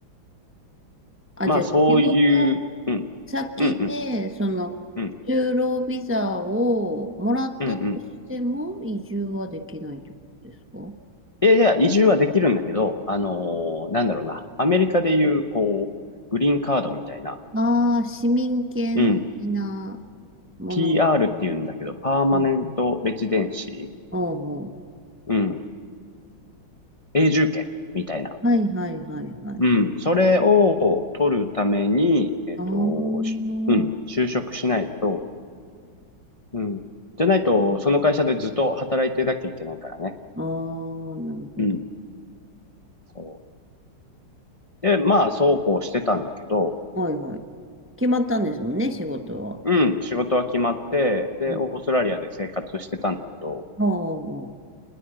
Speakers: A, on the right (about 15°); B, on the left (about 65°).
A: あ、
B: まあそういう、
A: じゃあ仕事
B: うん、
A: 先で、
B: うん、うん、
A: その、
B: うん、
A: 就労ビザをもらったとしても移住はできないってことですか
B: うん、うん。いやいや、移住はできるんだけど、あのーなんだろうな。アメリカでいう、こう、グリーンカードみたいな、
A: ああー、市民権的な
B: うん。
A: もの。
B: PR って言うんだけど、パーマネントレジデンシ
A: うん、おうおう。
B: ー、うん。永住権みたいな。
A: はいはいはいはい。
B: うん。それを取るために、えっと、
A: ああ、うん。
B: しうん。就職しないと、うん。じゃないと、その会社でずっと働いてなきゃいけないからね。
A: ああ、なるほど。
B: うん。そう。で、まあ、そうこうしてたんだけど、
A: はいはい。決まったんですもんね、仕事は。
B: うん、仕事は決まって、で、
A: うん
B: オーストラリアで生活してたんだけど、
A: ああ、